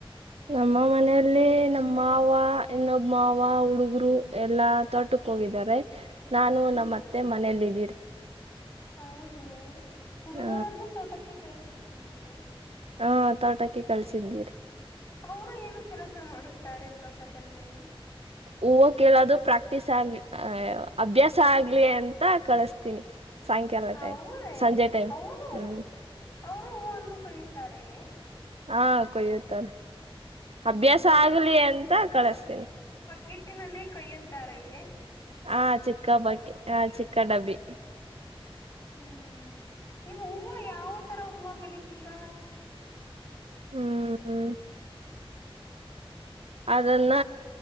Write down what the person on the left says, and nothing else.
ಹ್ಮ್
ಹೌದೇ ಹುಡುಗರೆಲ್ಲಾ
ತೋಟಕ್ಕೆ ಕಳಿಸಿದ್ದೀರಿಯೇ?
ಅವರು ಏನು ಕೆಲಸ ಮಾಡುತ್ತಾರೆ ತೋಟದಲ್ಲಿ?
ಹೌದೇ
ಅವರು
ಅವರು ಹೂವನ್ನು ಕೊಯ್ಯುತ್ತಾರೆ
ಹ್ಮ್
ಕಿಟ್ಟಿನಲ್ಲಿ ಕೈಯುತ್ತಾರೆಯೇ.
ಹ್ಮ್ ಈ ಹೂವ ಯಾವ ತರ ಹೂವ ಬೆಳಿತೀರಾ?